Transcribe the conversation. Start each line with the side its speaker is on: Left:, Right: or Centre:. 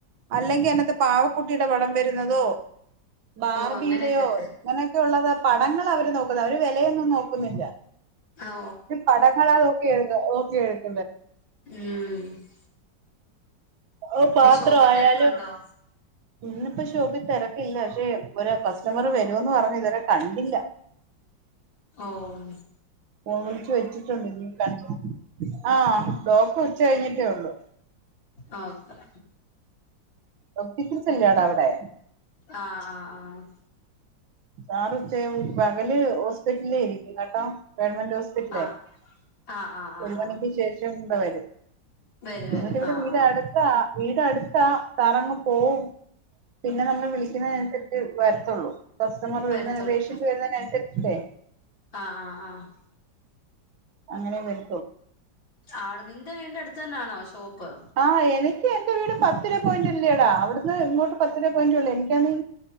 Right: അല്ലെങ്കി അങ്ങത്തെ പാവക്കുട്ടിയുടെ പടം വരുന്നെതോ ബാർബിടെയോ
Left: ഓ അങ്ങനൊക്കെ
Right: അങ്ങനെക്കെ ക്കെള്ളത് പടങ്ങളവര് നോക്കുന്ന അവര് വെലയൊന്നൊന്നു നോക്കുന്നില്ല
Left: ഓ
Right: പടങ്ങള നോക്കി എയുതും നോക്കി എ
Left: മ്മ്
Right: ഓ പാത്രോ
Left: ഷോപ്പിൽ
Right: ആയാലും
Left: തിരക്കുണ്ടോ
Right: ഇന്നിപ്പോ ഷോപ്പി തെരക്കില്ല പക്ഷെ ഒരു കസ്റ്റമർ വരുന്ന് പറഞ്ഞ് ഇതുവരെ കണ്ടില്ല
Left: ഓഹ്
Right: ഓഹ് വിളിച്ച് വെച്ചിട്ടുണ്ട് ഇ കണ്ച് ആ ഡോക്ടർ ഉച്ച കഴിഞ്ഞിട്ടേ ഉള്ളു
Left: ആഹ്
Right: ഒപ്ടിക്കിൾസെല്ലാട അവിടെ
Left: ആഹ് ആഹ് ആഹ്
Right: സാർ ഉച്ചയാവും പകല് ഹോസ്പിറ്റ്ല് ഇരിക്കു കേട്ടാ ഗവൺമെന്റ് ഹോസ് പിട്ട്ലെ
Left: ആഹ് ആഹ് ആഹ് ആഹ് ആഹ്
Right: ഒരു മണിക്ക്
Left: ആഹ്
Right: ശേഷം ഇവടെ വരും
Left: വരും വരും
Right: എന്നിട്ട് ഇവിടെ
Left: ആഹ്
Right: വീട്
Left: ആഹ്
Right: അടു ത്താ വീട് അടുത്ത സാറങ്ങ് പോവും പിന്നെ നമ്മള് വിളിക്കുന്നേനനുസരിച് വരും ത്തുള്ളു കസ്റ്റമർ
Left: വരത്തോളൂ
Right: വരുന്നേ പേഷ്യന്റ് വരുന്നേനൻസരിച്ട്ടേ
Left: ആഹ് ആഹ് ആഹ്
Right: അങ്ങനെ വരു
Left: ആട നിന്റെ വീടിന്റെ അടുത്തന്നാണോ ഷോപ്പ്
Right: ആഹ് എനിക്ക് എന്റെ വീട് പത്ത് രൂപ പോയിന്റല്ലേടാ അവിടുന്ന് ഇങ്ങോട്ട് പത്ത്‌രൂപ പോയിന്റ് ഉള്ളു എനിക്കാന്നി